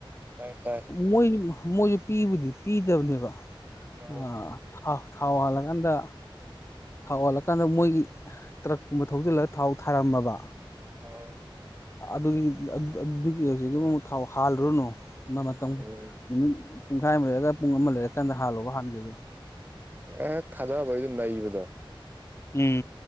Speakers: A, on the right (about 20°); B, on the left (about 30°).
A: ꯇꯥꯏ ꯇꯥꯏ
B: ꯃꯣꯏ ꯃꯣꯏꯁꯨ ꯄꯤꯕꯨꯗꯤ ꯄꯤꯗꯕꯅꯦꯕ
A: ꯑꯥ
B: ꯑ ꯊꯥꯎ ꯊꯥꯎ ꯍꯥꯜꯂꯀꯥꯟꯗ ꯊꯥꯎ ꯍꯥꯜꯂꯀꯥꯟꯗ ꯃꯣꯏꯒꯤ ꯇ꯭ꯔꯛꯀꯨꯝꯕ ꯊꯧꯖꯤꯜꯂꯒ ꯊꯥꯎ ꯊꯥꯔꯝꯃꯕ
A: ꯑꯥꯎ
B: ꯑꯗꯨꯒꯤ ꯑꯗꯨꯒꯤ ꯍꯧꯖꯤꯛꯇꯣ ꯑꯃꯨꯛ ꯊꯥꯎ ꯍꯥꯜꯂꯨꯔꯅꯨ ꯃꯇꯝ
A: ꯎꯝ
B: ꯅꯨꯃꯤꯠ ꯄꯨꯡꯈꯥꯏ ꯑꯃ ꯂꯩꯔꯒ ꯄꯨꯡ ꯑꯃ ꯂꯩꯔꯀꯥꯟꯗ ꯍꯥꯜꯂꯣꯕ ꯍꯥꯟꯒꯦꯁꯨ
A: ꯍꯦꯛ ꯊꯥꯗꯕꯩꯗꯣ ꯅꯩꯕꯗꯣ
B: ꯎꯝ